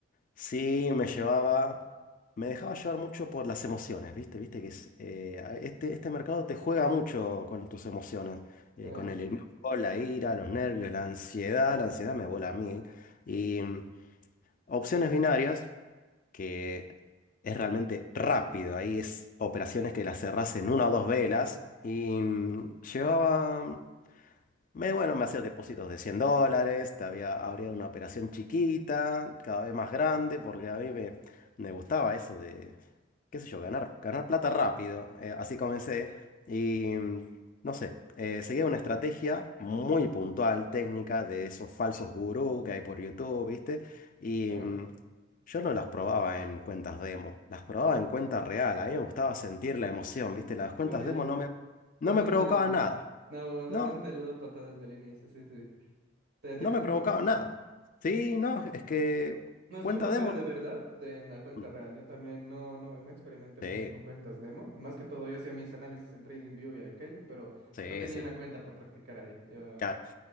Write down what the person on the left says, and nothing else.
Sí, me llevaba, me dejaba llevar mucho por las emociones, ¿viste? Viste que es, eh, a- este, este mercado te juega mucho con tus emociones, eh,
con el enojo, la ira, los nervios, la ansiedad, la ansiedad me vuela a mí. Y mm, opciones binarias, que es realmente rápido. Ahí es operaciones que las cerrás en una o dos velas. Y mm, llevaba, me, bueno, me hacía depósitos de 100 dólares. Te había, habría una operación chiquita, cada vez más grande, porque a mí me, me gustaba eso qué sé yo, ganar, ganar plata rápido. Eh, así comencé. Y mm, no sé, eh, seguía una estrategia muy puntual, técnica, de esos falsos gurú que hay por YouTube, ¿viste? Y
mm, yo no las probaba en cuentas demo, las probaba en cuenta real. A mí me gustaba sentir la emoción, ¿viste? Las cuentas
demo no me, no
me provocaban nada.
No,
no
me provocaban nada. Sí, no, es que
cuenta
demo.
Mm,
Sí,
sí,
sí.
Claro.